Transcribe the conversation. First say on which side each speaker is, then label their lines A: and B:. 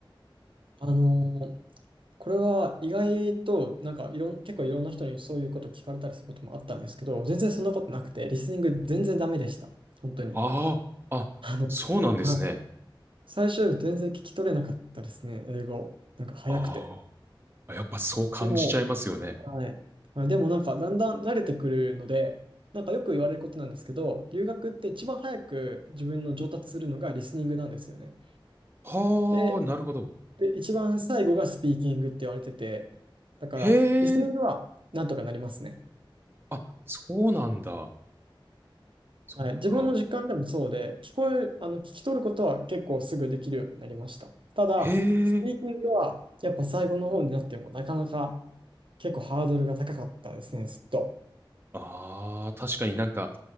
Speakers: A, on the right; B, on the right.
A: あのーこれは意外と、なんかいろん、結構いろんな人にそういうこと聞かれたりすることもあったんですけど、全然そんなことなくて、リスニング全然ダメでした。本当に。
B: ああ、あ、
A: あの、
B: そうなんですね。
A: はい最初全然聞き取れなかったですね、英語。なんか早くて。
B: ああ、やっぱそう感じちゃいますよね。
A: でも、はい。はい、でもなんかだんだん慣れてくるので、なんかよく言われることなんですけど、留学って一番早く自分の上達するのがリスニングなんですよね。
B: はあ、
A: で、
B: なるほど。
A: で、一番最後がスピーキングって言われてて、だからリスニングはなんとかなりますね。
B: へえ、あ、そうなんだ。そっか。
A: はい、自分の実感でもそうで、聞こえる、あの、聞き取ることは結構すぐできるようになりました。ただ、
B: へえ。
A: スピーキングはやっぱ最後の方になってもなかなか結構ハードルが高かったですね、ずっと。
B: ああ、確かになんか、